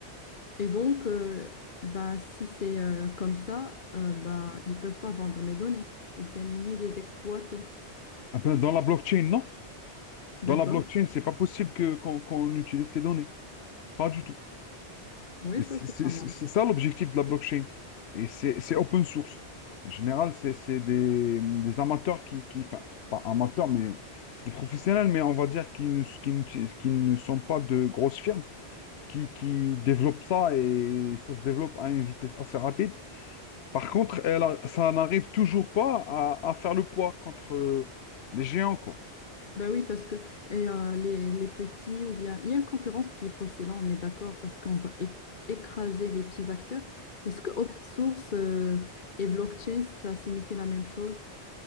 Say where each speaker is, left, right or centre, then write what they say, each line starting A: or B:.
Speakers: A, on the left; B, on the left.
A: Et donc, euh, bah, si c'est euh, comme ça, euh, bah, ils peuvent pas vendre mes données ou bien ni les exploiter.
B: Ah ben, dans la blockchain, non.
A: D'accord?
B: Dans la blockchain, c'est pas possible que, qu'on qu'on utilise tes données. Pas du tout.
A: Oui,
B: Et
A: ça
B: C'est
A: c'est
B: c'est-
A: pas mal.
B: c'est ça l'objectif de la blockchain. Et c'est c'est open source. En général, c'est c'est des, des amateurs qui, qui, enfin, pas amateurs, mais c'est des professionnels, mais on va dire qui, ne- qui, ne- qui ne sont pas de grosses firmes, qui, qui développent ça et ça se développe à une vitesse assez rapide. Par contre, elle a- ça n'arrive toujours pas à, à faire le poids contre les géants, quoi.
A: Bah oui, parce que et, euh, les, les petits ou bien... Il y a une concurrence qui est faussée, là on est d'accord, parce qu'on va éc- écraser les petits acteurs. Est-ce que open source euh, et blockchain, ça signifie la même chose?